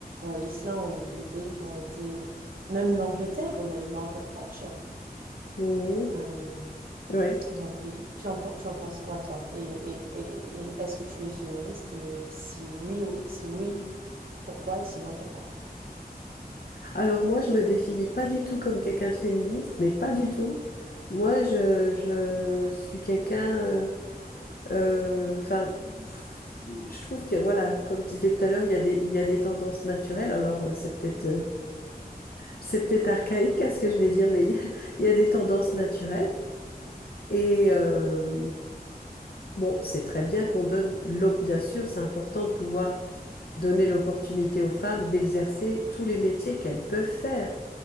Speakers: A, on the right; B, on the left.
A: euh, l'Islande ou des pays qui ont été même l'Angleterre, on a eu Margaret Thatcher.
B: mm,
A: Euh,
B: ouais.
A: donc oui, tu en, pen- tu en penses quoi toi? Et, et- et- et est-ce que tu es féministe? Et si oui, ou- si oui, pourquoi et sinon pourquoi?
B: Alors moi, je me définis pas du tout comme quelqu'un de féministe, mais pas du tout. Moi, je, je suis quelqu'un, euh, euh, enfin, pff, je trouve que, voilà, comme je disais tout à l'heure, il y a des, il y a des tendances naturelles. Alors, euh, c'est peut-être, euh, c'est peut-être archaïque à ce que je vais dire, mais il y a il y a des tendances naturelles. Et euh, bon, c'est très bien qu'on donne, l'op- bien sûr, c'est important de pouvoir donner l'opportunité aux femmes d'exercer tous les métiers qu'elles peuvent faire.